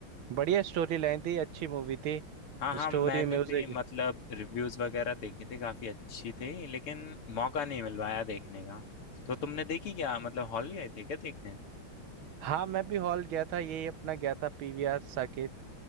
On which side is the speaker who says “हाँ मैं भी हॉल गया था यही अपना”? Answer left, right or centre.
Right